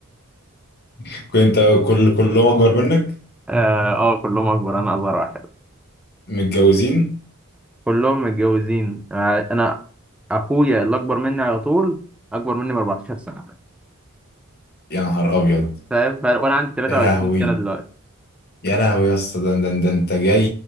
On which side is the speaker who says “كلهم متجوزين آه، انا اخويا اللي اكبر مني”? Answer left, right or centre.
Centre